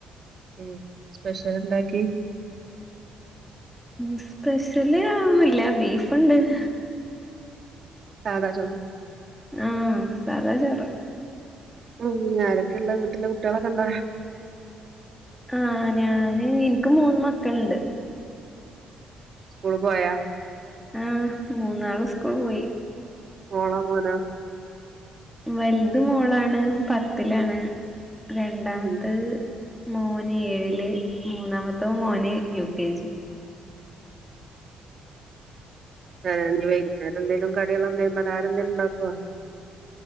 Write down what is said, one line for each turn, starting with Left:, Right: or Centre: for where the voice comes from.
Right: ഉം സ്പെഷ്യൽ ഉണ്ടാക്കി
Centre: ഉം സ്പെഷ്യൽ ല് ഒന്നില്ല ബീഫുണ്ട്-
Right: സാത ചോറ്
Centre: ആഹ് സതാ ചറ്
Right: ഉം ആരൊക്കെയള്ള വീട്ടന്റെ കുട്ടികളൊക്കെ ഉണ്ട
Centre: ആഹ ഞാന് എനിക്ക് മൂന്ന് മക്കളുണ്ട്
Right: സ്കൂൾ പോയാ
Centre: ആഹ് മൂന്നാള് സ്കൂൾ പോയി
Right: മോളോ മോനോ?
Centre: വലുത് മോളാണ് പത്തിലാണ് രണ്ടാമത്തെത്-
Right: ഉം
Centre: മോന് ഏഴില് മൂന്നാമത്തോ മോന് യു കെ ജി
Right: ഏ ഇഞ് വൈകുന്നേരെന്തെലും കടികളന്തേലും പലഹാരംന്തെലും ണ്ടാ ക്കൊ